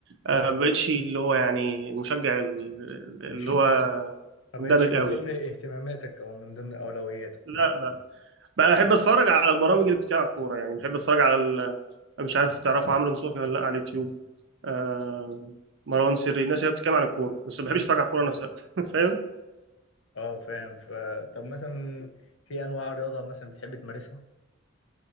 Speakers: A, on the right; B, on the left.
A: آه، ما بقتش اللي هو يعني المشجع ال- اللي
B: مش
A: هو
B: ما ب- ما
A: مندمج
B: بقتش من
A: قوي
B: ضمن اهتماماتك او من ضمن اولوياتك
A: لا لا بقى احب اتفرج على البرامج اللي بتتكلم على الكوره يعني بحب اتفرج على ال... أنا مش عارف تعرفوا عمرو نصوحي ولا لا على اليوتيوب آه... مروان سري الناس اللي بتتكلم عن الكوره بس ما بحبش اتفرج على الكوره نفسها <laughs> فاهم
B: اه فاهم ف طب مثلا في انواع رياضة مثلا بتحب تمارسها